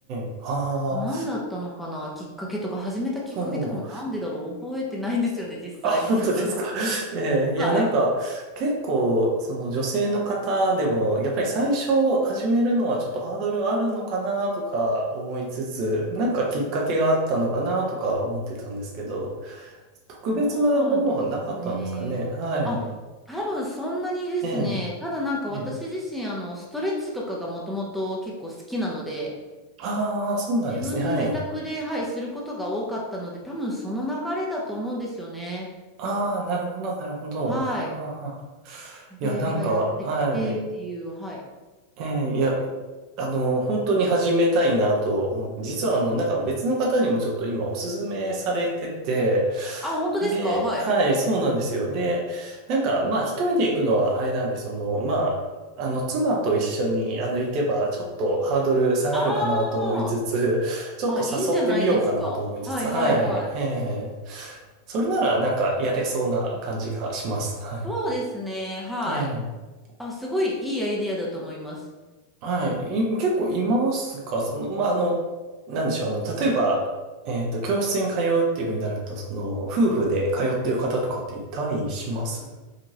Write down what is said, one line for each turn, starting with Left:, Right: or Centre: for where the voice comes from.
Right: え、ああ、
Centre: 何だったのかなきっかけとか、始めたきっかけとかもなんでだろう覚えてないんですよね、
Right: そう。
Centre: 実際のところ。
Right: あ、本当ですか。
Centre: <laughs>
Right: <laughs> ええ、
Centre: はい。
Right: いや、なんか、結構、その女性の方でも、やっぱり最初始めるのはちょっとハードルあるのかなとか思いつつ、なんかきっかけがあったのかなとか思ってたんですけど、特別なものはなかったんですかね。
Centre: そうですね。
Right: はい。
Centre: あ、多分そんなにですね。
Right: ええ、
Centre: ただなんか私自身、
Right: はい。
Centre: あの、ストレッチとかがもともと結構好きなので、
Right: ああ、そうなんですね。
Centre: 自分で自宅で、
Right: はい。
Centre: はい、することが多かったので、多分その流れだと思うんですよね。
Right: ああ、なるほど、なるほど。
Centre: はい。
Right: ああ、
Centre: で、
Right: いや、なんか、
Centre: 流行ってきてっていう、
Right: はい。
Centre: はい。
Right: ええいや、うあの、本当に始めたいなと思って、実はあの、なんか別の方にもちょっと今おすすめされてて、
Centre: あ、本当ですかはい。
Right: で、はい、そうなんですよ。で、なんか、まあ一人で行くのはあれなんで、その、まあ、あの、妻と一緒に、あの、行けば、ちょっとハードル下がるかなと思いつつ、
Centre: あ
Right: ちょっと誘ってみようかなと思いつつ、
Centre: あ、あ、いいんじゃないですか。はいはいはい。
Right: はい、ええそれなら、なんか、やれそうな感じがします。はい。
Centre: そうですね。はい。
Right: ええ
Centre: あ、すごいいいアイディアだと思います。
Right: はい。い結構いますかその、まあ、あの、なんでしょう。あの、例えば、えっと、教室に通うっていうふうになると、その、夫婦で通ってる方とかっていたりします